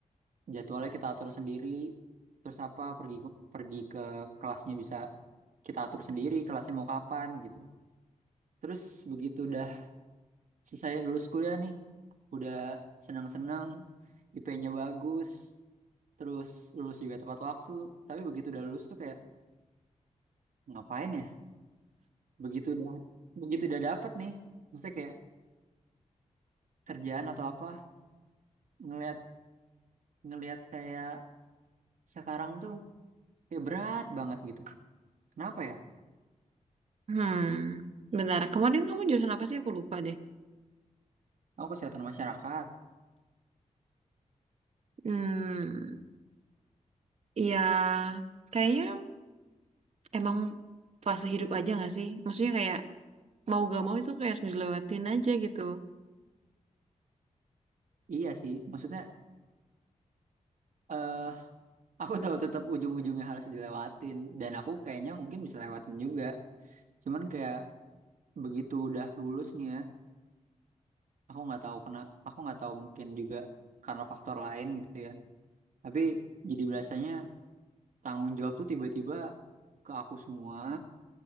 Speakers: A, on the right; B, on the right.
A: jadwalnya kita atur sendiri terus apa pergi pergi ke kelasnya bisa kita atur sendiri kelasnya mau kapan gitu terus begitu udah selesai lulus kuliah nih udah senang-senang IP-nya bagus terus lulus juga tepat waktu tapi begitu udah lulus tuh kayak ngapain ya begitu udah begitu udah dapet nih maksudnya kayak kerjaan atau apa ngelihat ngelihat kayak sekarang tuh kayak berat banget gitu kenapa ya
B: Hmm, bentar. Kemarin kamu jurusan apa sih? Aku lupa deh.
A: aku kesehatan masyarakat
B: Hmm, ya kayaknya emang fase hidup aja gak sih? Maksudnya kayak mau gak mau itu kayak harus dilewatin aja gitu.
A: Iya sih, maksudnya eh aku tahu tetap ujung-ujungnya harus dilewatin dan aku kayaknya mungkin bisa lewatin juga. Cuman kayak begitu udah lulus nih ya, aku nggak tahu kena, aku nggak tahu mungkin juga karena faktor lain gitu ya. Tapi jadi biasanya tanggung jawab tuh tiba-tiba ke aku semua,